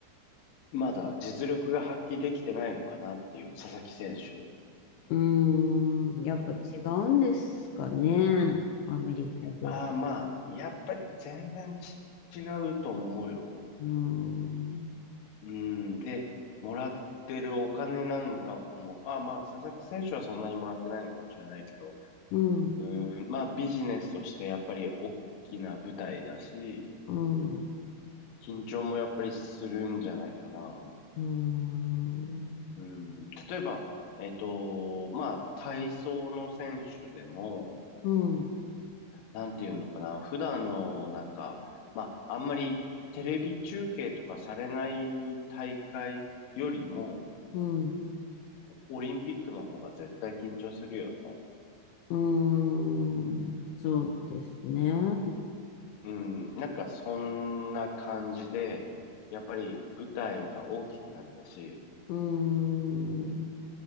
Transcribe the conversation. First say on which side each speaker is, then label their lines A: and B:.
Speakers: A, on the left; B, on the left.
A: まだ実力が発揮できてないのかなっていう、佐々木選手。
B: うん。やっぱ違うんですかね。
A: うん。
B: アメリカで。
A: ああ、まあ、やっぱり全然ち違うと思うよ。
B: うん、
A: うん。で、もらってるお金なんかも、あ、まあ、佐々木選手はそんなにもらってないのかもしれないけど、
B: うん、
A: うん、まあ、ビジネスとしてやっぱり大きな舞台だし、
B: うん。
A: 緊張もやっぱりするんじゃないかな。
B: うーん。
A: うん、例えば、えっと、まあ、体操の選手でも、
B: うん。
A: なんていうのかな、普段のなんか、まあ、あんまりテレビ中継とかされない大会よりも、
B: うん。
A: オリンピックの方が絶対緊張するよね。
B: うーん。そうですね。
A: うん、なんかそんな感じで、やっぱり舞台が大きくなったし、
B: うーん。う